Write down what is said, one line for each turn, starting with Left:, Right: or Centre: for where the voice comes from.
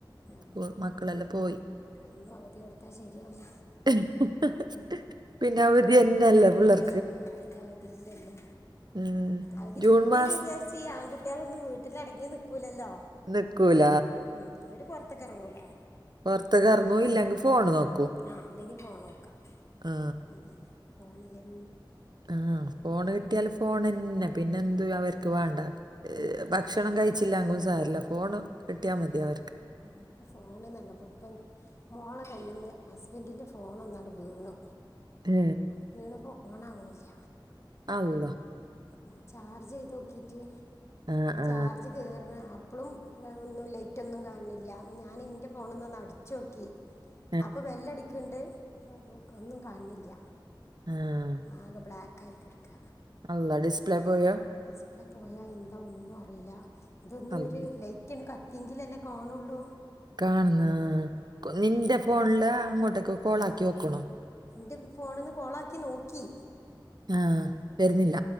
Left: ആ
Right: സ് മക്കളെല്ലാം പോയി.
Left: എന്നും അവധി കൊടുത്താൽ ശരിയാവില്ല
Right: <unintelligible> പിന്നെ അവധി എന്നന്നല്ല പിള്ളർ
Left: ആഹ് അത അവധല്ലല്ലേ
Right: ഉം
Left: അവധി
Right: ജൂൺ
Left: കുട്ടീന്ന്
Right: മാസം
Left: വിചാരിച്ച കുട്ടികളൊന്നും വീട്ടിലടങ്ങി നിൽക്കൂല്ലല്ലോ
Right: നിക്കൂല
Left: ഉം ഒരുര് പുറത്തൊക്കെറങ്ങൂലേ.
Right: പുറത്തെക്കിഇറങ്ങും ഇല്ലെങ്കിൽ ഫോണ് നോക്കും.
Left: ആഹ് അല്ലെങ്കിൽ ഫോൺ നോക്കാം
Right: ആ
Left: അത തന്നെ ഫോണിൽന്നെ.
Right: ആഹ് ഫോണ് കിട്ടിയാൽ ഫോൺന്നെ പിന്നെ എന്ത് അവർക്ക് വേണ്ട. <unintelligible> ഭക്ഷണം കഴിച്ചില്ലാങ്കിലും സാരില്ല ഫോണ് കിട്ടിയാൽ മതി അവർക്ക്.
Left: ഇപ്പൊ ഫോൺപ്പോ മോളെ കയ്യിൽ നിന്ന് ഹസ്ബൻഡിൻ്റെ ഫോൺ ഒന്നട് വീണു.
Right: ഏ,
Left: വീണപോണാവണില്ല.
Right: അള്ള
Left: ആഹ് ചാർജ് ചെയ്ത് നോക്കിട്ട്
Right: ആ ആ
Left: ചാർജ് കയറണ അപ്പോളും ഒന്നും ലേറ്റൊന്നും കാണണില്ല ഞാൻ എൻ്റെ ഫോണൊന്ന്ന്ന് അടിച്ചു നോക്കി.
Right: <inaudible>
Left: അപ്പൊ ബെല്ലടിക്കണ്ട് ഒന്നും കാണണില്ല.
Right: ആഹ്
Left: ആകെ ബ്ലാക്ക് ആയിക്കെടുക്ക.
Right: അള്ള ഡിസ്പ്ലേ പോയ.
Left: ഡിസ്പ്ലേ പോയാ എന്താ ഒന്നും അറിയില്ല ഇതൊന്നും
Right: അല്ല
Left: ഒരു ലൈറ്റ്ണ് കത്തി. എങ്കിലല്ലേ കണുള്ളൂ.
Right: കാണുന്ന നിന്റെ ഫോണില് അങ്ങോട്ടേക്കെ കോള ആക്കി നോക്കണോ.
Left: എന്റെ ഫോണനിന്ന് കോളാക്കി നോക്കി.
Right: ആഹ് വരുന്നില്ല.